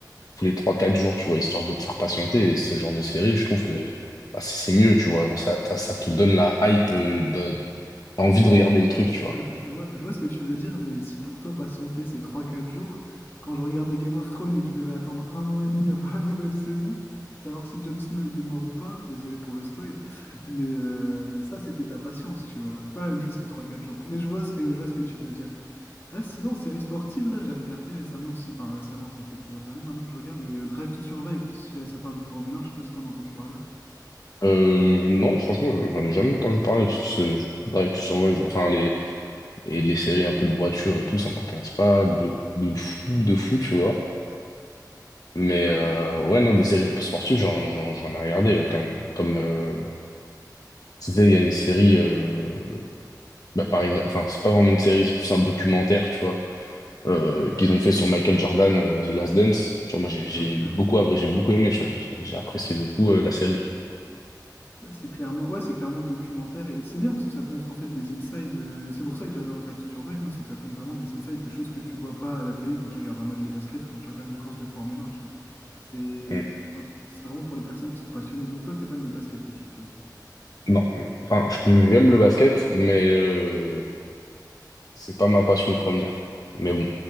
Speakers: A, on the left; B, on the left.
A: tous les trois quatre jours, tu vois, histoire de te faire patienter. Et ce genre de série, je trouve que bah, c'est c'est mieux, tu vois. Genre, ça, t'as- ça te donne la hype, euh, de, t'as envie de regarder le truc, tu vois.
B: Euh, Je vois, je vois ce que tu veux dire, mais si pour toi patienter c'est trois quatre jours, quand je regardais Game of Thrones et que je devais attendre un an et demi <laughs> avant la nouvelle saison, savoir si Jon Snow était mort ou pas, désolé pour le spoil, mais euh, ça c'était de la patience, tu vois. C'est pas la même chose que trois quatre jours. Mais je vois ce que, je vois ce que tu veux dire. Ah, sinon, série sportive, là, j'ai regardé récemment aussi, enfin récemment, ça fait plusieurs années maintenant que je je regarde mais euh, Drive to Survive ça parle de Formule un, je sais pas si t'en as entendu parler
A: Euh, non, franchement, j'en ai jamais entendu parler. parce ce- Drive to Survive, enfin, les, et les séries un peu de voiture et tout, ça m'intéresse pas de, de fou, de fou, tu vois. Mais
B: Ouais,
A: euh, ouais, non, des séries sportives, j'en, j'en, j'en ai regardé ouais, quand même. Comme, euh, tu sais, il y a une série, euh, bah, par exemple, enfin, c'est pas vraiment une série, c'est plus un documentaire, tu vois. euh, qu'ils ont fait sur Michael Jordan, euh, The Last Dance. Tu vois, moi, j'ai j'ai
B: bien sûr
A: beaucoup, app- j'ai beaucoup aimé, tu vois, j'ai j'ai apprécié de fou, euh, la série.
B: Là, C'est clairement, ouais, c'est clairement documentaire et c'est bien parce que ça te montre en fait des insides. euh, c'est pour ça que j'adore Drive to Survive, moi, c'est que ça te montre vraiment des insides de choses que tu vois pas à la télé quand tu regardes un match de basket ou quand tu regardes une course de Formule 1, tu vois. C'est,
A: Mm.
B: c'est vraiment pour les personnes qui sont passionnées. Donc toi, tu es fan de basket, je suppose.
A: Non, enfin, je- peux- j'aime le basket, mais euh, c'est pas ma passion première. Mais bon,